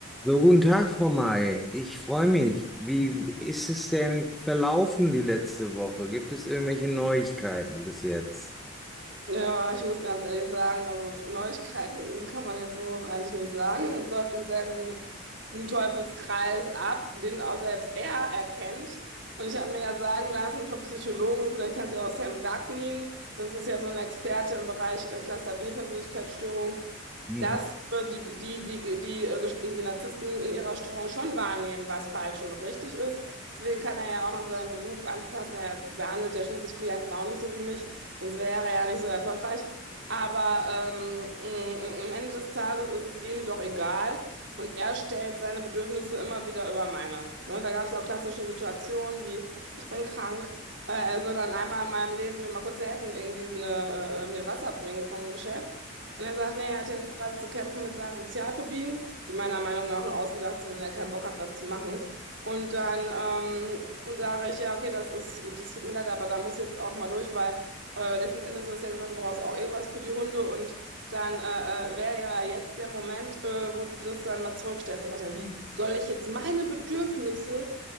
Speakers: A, in the centre; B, on the right.
A: So, guten Tag, Frau May. Ich freue mich. Wie ist es denn verlaufen die letzte Woche? Gibt es irgendwelche Neuigkeiten bis jetzt?
B: Ja, ich muss ganz ehrlich sagen, also Neuigkeiten kann man jetzt so eigentlich nicht sagen. Es läuft im selben Teufelskreis ab, den auch selbst er erkennt. Und ich habe mir ja sagen lassen vom Psychologen, vielleicht kennen Sie auch Sam Vaknin, das ist ja so ein Experte im Bereich äh, Cluster B Persönlichkeitsstörung
A: Mhm.
B: dass äh, die, die, die, die äh, gest- Narzissten in ihrer Störung schon wahrnehmen, was falsch und richtig ist. Deswegen kann er ja auch in seinem Beruf anpassen. Er behandelt ja schließlich Klienten auch nicht so wie mich, sonst wäre er ja nicht so erfolgreich. Aber ähm, m- m- am Ende des Tages ist es ihm doch egal und er stellt seine Bedürfnisse immer wieder über meine. Ne? Da gab es auch klassische Situationen wie, ich bin krank, äh, er soll dann einmal in meinem Leben mir mal kurz helfen, irgendwie eine, äh, äh, mir Wasser bringen vom Geschäft. Und er sagt, nee, er hatte jetzt gerade zu kämpfen mit seinen Sozialphobien, die meiner Meinung nach nur ausgedacht sind, wenn er keinen Bock hat, was zu machen. Und dann ähm, sage ich, ja, okay, das ist, das tut mir leid, aber da muss ich jetzt auch mal durch, weil äh, letzten Endes, du hast ja gesagt, du brauchst auch eh was für die Hunde und dann äh, äh, wäre ja jetzt der Moment, äh, wo du das dann mal zurückstellst. Und sagt er, wie, soll ich jetzt meine Bedürfnisse